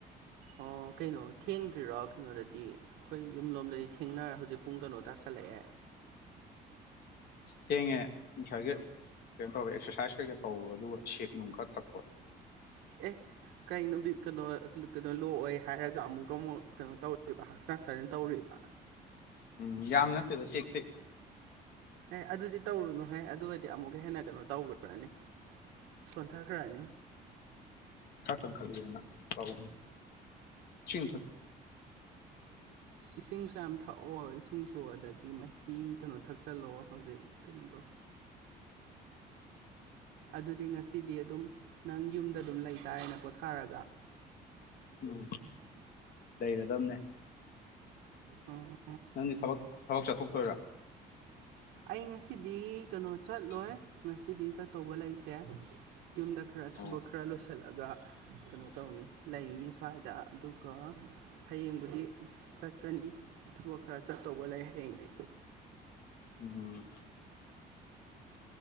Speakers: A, on the right; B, on the left.
A: ꯑꯣ ꯀꯩꯅꯣ ꯊꯦꯡꯗ꯭ꯔꯤꯔꯣ ꯀꯩꯅꯣꯗꯗꯤ ꯑꯩꯈꯣꯏ ꯌꯨꯝ ꯂꯣꯝꯗꯗꯤ ꯊꯦꯡꯅꯔ ꯍꯧꯖꯤꯛ ꯄꯨꯡ ꯀꯩꯅꯣ ꯇꯥꯁꯜꯂꯛꯑꯦ
B: ꯊꯦꯡꯉꯦ ꯉꯁꯥꯏꯒꯤ ꯀꯩꯅꯣ ꯇꯧꯔꯦ ꯑꯦꯛꯁꯔꯁꯥꯏꯁ ꯀꯩꯀꯥ ꯇꯧꯕ ꯑꯗꯨꯒ ꯁꯦꯛ ꯅꯨꯡ ꯈꯔ ꯊꯛꯄ
A: ꯑꯦ ꯀꯩꯅ ꯅꯨꯣ ꯀꯩꯅꯣ ꯀꯩꯅꯣ ꯂꯣꯛꯑꯣꯏ ꯍꯥꯏꯔꯒ ꯑꯃꯨꯛꯀ ꯑꯃꯨꯛ ꯀꯩꯅꯣ ꯇꯧꯔꯤꯕ ꯍꯛꯆꯥꯡ ꯁꯥꯖꯟ ꯇꯧꯔꯤꯕ
B: ꯎꯝ ꯌꯥꯝ ꯅꯠꯇꯦꯗ ꯇꯦꯛ ꯇꯦꯛ
A: ꯑꯦ ꯑꯗꯨꯗꯤ ꯇꯧꯔꯨꯅꯨꯍ ꯑꯗꯨ ꯑꯣꯏꯗꯤ ꯑꯃꯨꯛꯀ ꯍꯦꯟꯅ ꯀꯩꯅꯣ ꯇꯧꯈ꯭ꯔꯅꯤ ꯁꯣꯟꯊꯈ꯭ꯔꯅꯤ
B: ꯈ ꯀꯪ ꯈꯜꯂꯤ ꯌꯥꯝꯅ ꯐꯥꯎ ꯆꯤꯟꯊꯛ
A: ꯏꯁꯤꯡꯁꯨ ꯌꯥꯝ ꯊꯛꯑꯣ ꯏꯁꯤꯡꯁꯨ ꯑꯗꯒꯤ ꯃꯍꯤ ꯀꯩꯅꯣ ꯊꯛꯆꯜꯂꯣ ꯍꯧꯖꯤꯛ ꯀꯩꯅꯣꯗꯣ ꯑꯗꯨꯗꯤ ꯉꯁꯤꯗꯤ ꯑꯗꯨꯝ ꯅꯪ ꯌꯨꯝꯗ ꯑꯗꯨꯝ ꯂꯩꯇꯥꯔꯦꯅ ꯄꯣꯊꯥꯔꯒ
B: ꯎꯝ ꯂꯩꯒꯗꯕꯅꯦ
A: ꯍ ꯍ
B: ꯅꯪꯗꯤ ꯊꯕꯛ ꯊꯕꯛ ꯆꯠꯊꯣꯛꯇꯣꯏꯔꯥ
A: ꯑꯩ ꯉꯁꯤꯗꯤ ꯀꯩꯅꯣ ꯆꯠꯂꯣꯏ ꯉꯁꯤꯗꯤ ꯆꯠꯇꯧꯕ ꯂꯩꯇꯦ ꯌꯨꯝꯗ ꯈꯔ ꯊꯕꯛ
B: ꯑꯣ
A: ꯈꯔ ꯂꯣꯏꯁꯤꯜꯂ ꯀꯊꯠꯂꯒ ꯀꯩꯅꯣ ꯇꯧꯅꯤ ꯂꯩꯅꯤ ꯁ꯭ꯋꯥꯏꯗ ꯑꯗꯨꯒ ꯍꯌꯦꯡꯕꯨꯗꯤ ꯆꯠꯀꯅꯤ ꯊꯕꯛ ꯈꯔ ꯆꯠꯇꯧꯕ ꯂꯩ ꯍꯌꯦꯡꯗꯤ
B: ꯎꯝ